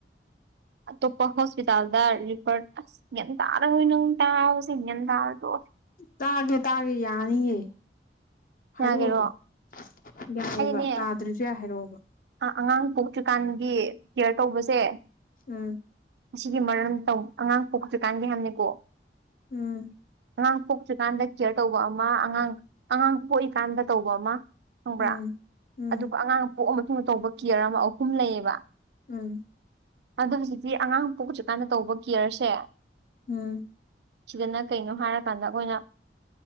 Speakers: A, on the right; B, on the left.
A: ꯑꯇꯣꯞꯄ ꯍꯣꯁꯄꯤꯇꯥꯜꯗ ꯔꯤꯐꯔ ꯑꯁ ꯌꯦꯒꯌꯥꯟ ꯇꯥꯔꯣꯏ ꯅꯪ ꯇꯥꯕꯁꯦ ꯒꯌꯥꯟ ꯇꯥꯔꯔꯣꯏ ꯇꯣꯛꯑꯣ
B: ꯇꯥꯒꯦ ꯇꯥꯒꯦ ꯌꯥꯅꯤꯌꯦ ꯍꯥꯏꯔꯛꯑꯣ
A: ꯌꯥꯒꯦꯔꯣ
B: ꯑꯗꯨꯝ ꯌꯥꯏꯑꯕ
A: ꯍꯥꯏꯗꯤꯅꯦ
B: ꯇꯥꯗ꯭ꯔꯁꯨ ꯌꯥꯏ ꯍꯥꯏꯔꯛꯑꯣꯕ
A: ꯑꯉꯥꯡ ꯄꯣꯛꯇ꯭ꯔꯤꯀꯥꯟꯒꯤ ꯀꯤꯌꯔ ꯇꯧꯕꯁꯦ
B: ꯎꯝ
A: ꯑꯁꯤꯒꯤ ꯃꯔꯝ ꯇꯧ ꯑꯉꯥꯡ ꯄꯣꯛꯇ꯭ꯔꯤꯀꯥꯟꯒꯤ ꯍꯥꯏꯕꯅꯤꯀꯣ
B: INAUDIBLE
A: ꯑꯉꯥꯡ ꯄꯣꯛꯇ꯭ꯔꯤꯀꯥꯟꯗ ꯀꯦꯌꯔ ꯇꯧꯕ ꯑꯃ ꯑꯉꯥꯡ ꯑꯉꯥꯡ ꯄꯣꯛꯏꯀꯥꯟꯗ ꯇꯧꯕ ꯑꯃ ꯈꯪꯕ꯭ꯔꯥ
B: ꯎꯝ ꯎꯝ
A: ꯑꯗꯨꯒ ꯑꯉꯥꯡ ꯄꯣꯛꯑ ꯃꯇꯨꯡꯗ ꯇꯧꯕ ꯀꯤꯌꯔ ꯑꯃ ꯑꯍꯨꯝ ꯂꯩꯌꯦꯕ
B: ꯎꯝ
A: ꯑꯗꯣ ꯍꯧꯖꯤꯛꯇꯤ ꯑꯉꯥꯡ ꯄꯣꯛ ꯍꯧꯖꯤꯛꯀꯥꯟꯗ ꯇꯧꯕ ꯀꯦꯌꯔꯁꯦ
B: ꯎꯝ
A: ꯁꯤꯗꯅ ꯀꯩꯅꯣ ꯍꯥꯏꯔꯀꯥꯟꯗ ꯈꯣꯏꯅ